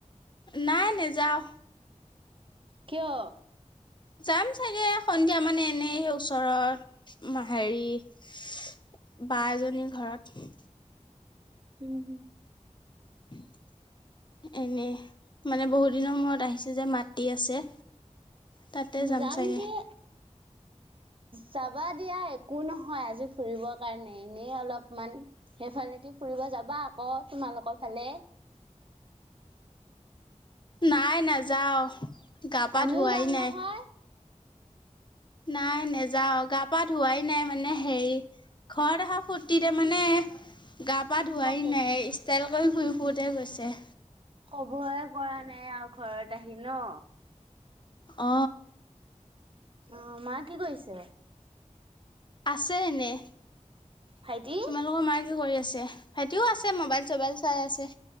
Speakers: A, on the left; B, on the right.
A: নাই নেযাও
B: কিয়।
A: যাম চাগে সন্ধিয়া মানে এনেই সেই ওচৰত হেৰি বা এজনীৰ ঘৰত
B: উম
A: <inaudible> এনেই মানে বহুত দিনৰ মূৰত আহিছে যে মাটি আছে তাতে যামচাগেই
B: যাম দিয়ে
A: <inaudible>
B: যাবা দিয়া একো নহয় আজি ফুৰিবৰ কাৰণে এনেই অলপমান সেইফালেদি ফুৰিব যাবা আকৌ তোমালোকৰ ফালে
A: নাই নাযাওঁ গা পা
B: আমিও
A: ধোৱাই
B: যাম
A: নাই
B: নহয়
A: নাই নেযাওঁ গা পা ধোৱাই নাই মানে হেৰি ঘৰত অহা ফূৰ্তিৰে মানে। গা পা ধোৱাই
B: কফে
A: নাই ষ্টাইল কৰি ঘূই ফুৰৰোঁতে গৈছে।
B: কবয়ই পৰা নাই আৰু ঘৰত আহি ন
A: অ
B: অ মা কি কৰিছে
A: আছে এনেই তোমালোকৰ
B: ভাইটি
A: মায়ে কি কৰি আছে সেতিও আছে মোবাইল চবাইল চাই আছে